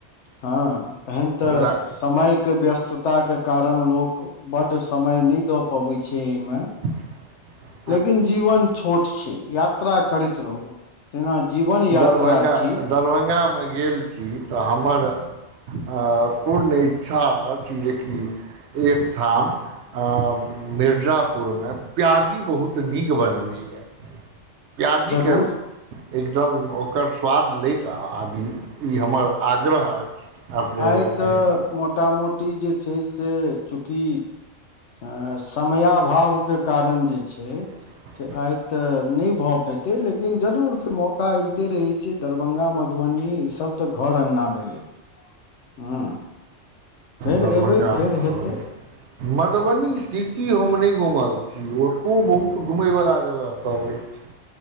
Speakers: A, on the left; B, on the right.
A: हँ तहन तऽ
B: वाह
A: समय के व्यस्तताक के कारण लोक बड़ समय नहि दऽ पबै छै एहिमे
B: <inaudible>
A: लेकिन जीवन छोट छै, यात्रा करैत रहू। तेना जीवन। यात्रा
B: दरभंगा,
A: छी
B: दरभंगा मे गेल छी तऽ हमर। अ पूर्ण इच्छा अछि जेकि एकठाम आ मिर्जापुरमे प्याजी बहुत नीक बनबैए प्याजी
A: जरूर
B: के एकदम ओकर स्वाद लै आ आबी, ई हमर आग्रह अछि अपने
A: आई
B: लोकनिसँ
A: तऽ मोटा मोटी जे छै से, चूँकि आ समयाभाव के कारण जे छै
B: <inaudible>
A: तऽ आई तऽ नहि भऽ पेतै लेकिन जरूर फेर मौका अबिते रहै छै दरभंगा, मधुबनी ई सभ ते घर अंगना भेले हू फेर
B: दरभंगा
A: अयबै, फेर
B: मधुबनी
A: हेतै
B: मधुबनी सिटी हम नहि घूमल छीय ओतहु बहुत घुमयवला जगह सभ अछि <inaudible>